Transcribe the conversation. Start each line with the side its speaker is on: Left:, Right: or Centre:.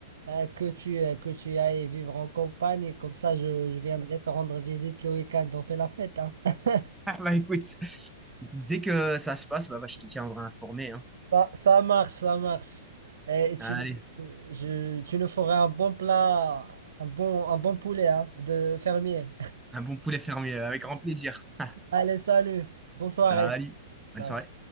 Right: euh, que tu, euh, que tu ailles vivre en campagne et comme ça je, je viendrai te rendre visite le week-end, on fait la fête, hein. <laughs>
Centre: Ah, bah écoute, Dès que ça se passe, bah, bah, je te tiendrai informé, hein.
Right: Ça, ça marche, ça marche. Et, et tu,
Centre: Allez,
Right: je, tu nous feras un bon plat, un bon, un bon poulet hein, de fermier.
Centre: un bon poulet fermier avec grand plaisir.
Right: <laughs> Allez, salut, bonne soirée.
Centre: Salut, bonne
Right: Ciao.
Centre: soirée.